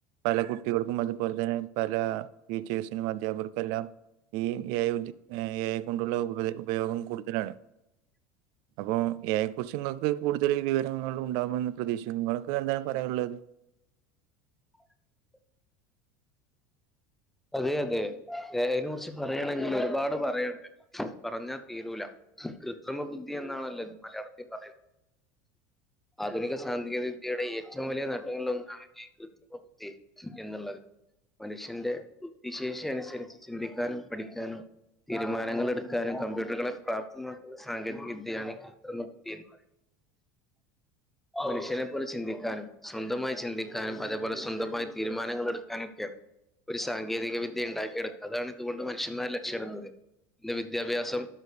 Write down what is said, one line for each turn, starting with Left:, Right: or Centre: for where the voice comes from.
Right: പല കുട്ടികൾക്കും അതുപോലെ തന്നെ പല ടീച്ചേഴ്സിനും അധ്യാപകർക്കും എല്ലാം ഈ ഏ എഐ കൊണ്ടുള്ള ഉപ ഉപയോഗം കൂടുതലാണ്
Centre: <inaudible>
Right: അപ്പൊ എയെ കുറിച്ച് ഇങ്ങൾക്ക് കൂടുതൽ വിവര ഉണ്ടാകുമന്ന് പ്രതീക്ഷിക്ക നിങ്ങൾക്ക് എന്താണ് പറയാനുള്ളത്
Centre: <inaudible> അതെ അതെ എഐനെകുറിച്ച് പറയണാങ്കിൽ ഒരുപാട് പറയാനുണ്ട് പറഞ്ഞാ തീരൂല കൃത്രിമ ബുദ്ധി എന്നാണല്ലോ ഇത് മലയാളത്തിൽ പറയുന്നേ ആധുനിക സാങ്കേതി വിദ്യയുടെ ഏറ്റവും വലിയ നേട്ടങ്ങളിൽ ഒന്നാണ് കൃത്രിമ ബുദ്ധി എന്നുള്ളത് മനുഷ്യന്റെ ബുദ്ധിശേഷി അനുസരിച്ച് ചിന്തിക്കാനും പഠിക്കാനും തീരുമാനങ്ങൾ എടുക്കാനും കമ്പ്യൂട്ടറുകളെ പ്രാപ്തമാക്കുന്ന സാങ്കേതിക വിദ്യയാണ് ഇ <inaudible> മനുഷ്യനെ പോലെ ചിന്തിക്കാനും സ്വന്തമായി ചിന്തിക്കാനും അതേപോലെ സ്വന്തമായി തീരുമാനങ്ങൾ എടുക്കാനും ഒരു സാങ്കേതിക വിദ്യ ഉണ്ടാക്കിയെടുക്കുക അതാണ് ഇതുകൊണ്ട് മനുഷ്യന്മാര് ലക്ഷ്യമിടുന്നത് ഇതില് വിദ്യാഭ്യാസം